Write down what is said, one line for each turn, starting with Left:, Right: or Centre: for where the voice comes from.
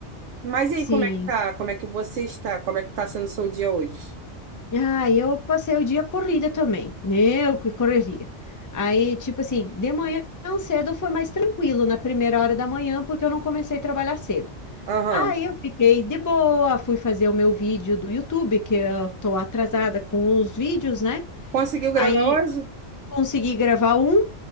Right: Mas e aí,
Left: sim.
Right: como é que tá? Como é que você está? Como é que tá sendo o seu dia hoje?
Left: Ah, eu passei o dia corrida também. Meu, que correria. Aí, tipo assim, de manhã cedo foi mais tranquilo, na primeira hora da manhã, porque eu não comecei a trabalhar cedo.
Right: Aham.
Left: Aí eu fiquei de boa, fui fazer o meu vídeo do YouTube, que eu tô atrasada com os vídeos, né?
Right: Conseguiu gravar
Left: Aí
Right: hoje?
Left: consegui gravar um,